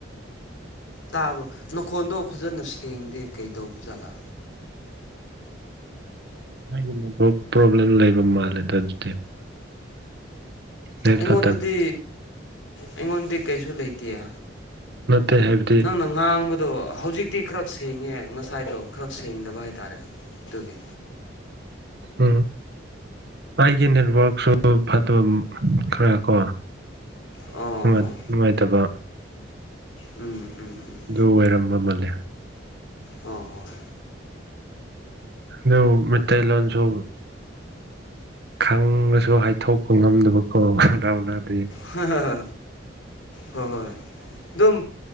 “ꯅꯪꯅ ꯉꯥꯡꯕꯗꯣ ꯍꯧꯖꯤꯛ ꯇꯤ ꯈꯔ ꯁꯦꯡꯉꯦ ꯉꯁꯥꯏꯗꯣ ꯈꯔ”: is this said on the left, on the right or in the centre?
Left